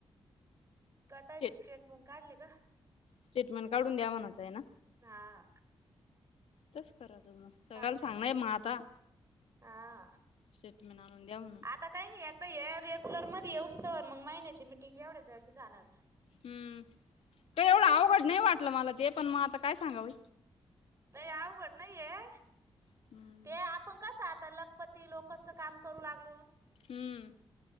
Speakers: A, on the right (about 30°); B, on the left (about 80°).
A: गटायचे
B: स्टेट
A: स्टेटमेंट काढले का?
B: स्टेटमेंट काढून द्या म्हणाचं आहे ना?
A: हा!
B: तेच कराय च म. सगळ्याला
A: काढले
B: सांगण
A: का?
B: हाय म आता
A: हा
B: स्टेटमेंट आणून द्या म्हणून.
A: आता काही नाही आता, रेग्युलर मध्ये येऊस्तं मग महिन्याची मिटिंग एवढ्या जड नहीं जाणार ना.
B: हम्म, ते एवढं अवघड नाही वाटलं मला ते, पण मग आता काय सांगावं.
A: नाही अवघड नाही ये,
B: हम्म
A: ते पण कसं आता लखपती लोकसच काम करू लागलो.
B: हम्म.